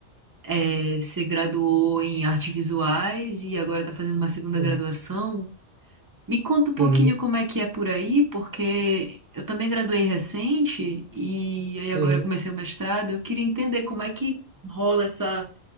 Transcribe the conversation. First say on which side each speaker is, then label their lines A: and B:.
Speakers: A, on the right (about 30°); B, on the right (about 65°).
A: é, você graduou em artes visuais e agora tá fazendo uma segunda
B: uhum,
A: graduação. Me conta um pouquinho
B: uhum.
A: como é que é por aí, porque eu também graduei recente e aí agora
B: uhum.
A: eu comecei o mestrado. Eu queria entender como é que rola essa.